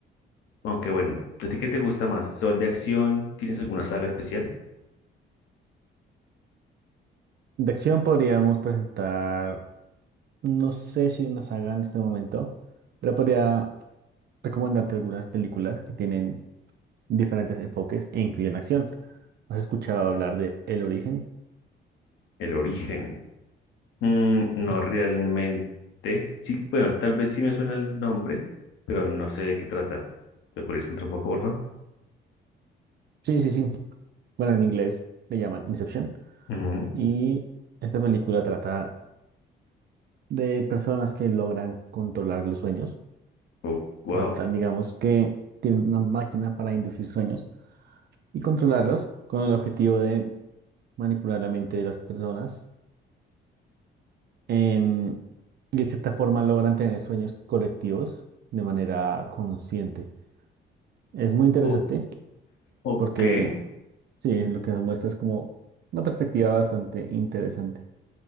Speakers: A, on the left; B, on the right.
A: Aunque bueno, ¿a ti qué te gusta más? ¿Sol de acción? ¿Tienes alguna saga especial?
B: De acción podríamos presentar No sé si una saga en este momento, pero podría recomendarte algunas películas que tienen diferentes enfoques e incluyen acción. ¿Has escuchado hablar de El Origen?
A: El origen. Mm, no
B: Es-
A: realmente. Sí, bueno, tal vez sí me suena el nombre, pero no sé de qué trata. ¿Me podrías contar un poco, por favor?
B: Sí, sí, sí. Bueno, en inglés le llaman Inception.
A: Ujú.
B: Y esta película trata de personas que logran controlar los sueños.
A: Oh, wow.
B: Tratan, digamos, que tienen una máquina para inducir sueños y controlarlos con el objetivo de manipular la mente de las personas em, y de cierta forma logran tener sueños colectivos de manera consciente. Es muy interesante
A: Oh, ok.
B: porque sí, es lo que nos muestra es como una perspectiva bastante interesante.